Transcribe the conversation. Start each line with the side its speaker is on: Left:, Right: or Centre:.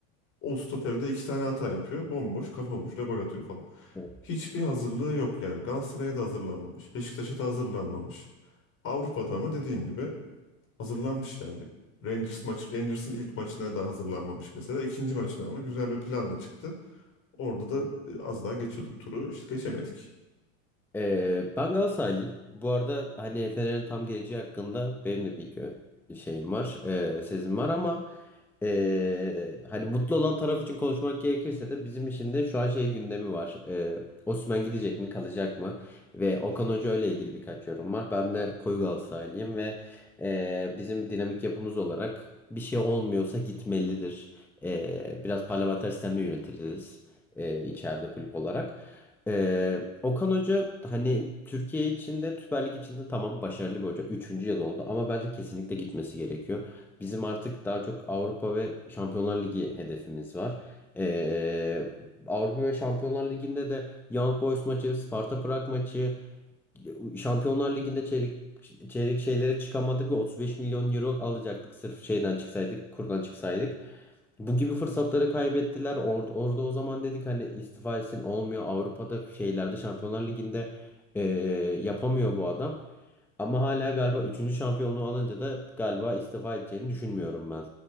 Left: O stoperde iki tane hata yapıyor. Bomboş kafa vuruşla gol atıyor falan.
Centre: Evet.
Left: Hiçbir hazırlığı yok yani. Galatasaray'a da hazırlanmamış. Beşiktaş'a da hazırlanmamış. Avrupa'da ama dediğin gibi hazırlanmış yani. Rangers maçı, Rangers'ın ilk maçına da hazırlanmamış mesela. İkinci maçına ama güzel bir planla çıktı. Orada da e, az daha geçiyorduk turu. İşte geçemedik.
Centre: Ee, ben Galatasaraylıyım. Bu arada hani Fener'in tam geleceği hakkında benim de bir gö- şeyim var, ee, sezim var ama ee, hani mutlu olan taraf için konuşmak gerekirse de bizim için de şu an şey gündemi var. Ee, Osimhen gidecek mi, kalacak mı? Ve Okan Hoca ile ilgili birkaç yorum var. Ben de koyu Galatasaraylıyım ve ee, bizim dinamik yapımız olarak bir şey olmuyorsa gitmelidir. Ee, biraz parlamenter sistemle yönetiliriz ee, içeride kulüp olarak. Ee, Okan Hoca hani Türkiye içinde Süper Lig içinde tamam başarılı bir hoca. Üçüncü yıl oldu ama bence kesinlikle gitmesi gerekiyor. Bizim artık daha çok Avrupa ve Şampiyonlar Ligi hedefimiz var. Ee, Avrupa ve Şampiyonlar Ligi'nde de Young Boys maçı, Sparta Prag maçı, Şampiyonlar Ligi'nde çeyrek çeyrek şeylere çıkamadık ve 35 milyon euro alacaktık sırf şeyden çıksaydık, kurdan çıksaydık. Bu gibi fırsatları kaybettiler. Or- orada o zaman dedik hani istifa etsin olmuyor. Avrupa'da şeylerde Şampiyonlar Ligi'nde eee, yapamıyor bu adam. Ama hala galiba üçüncü şampiyonluğu alınca da galiba istifa edeceğini düşünmüyorum ben.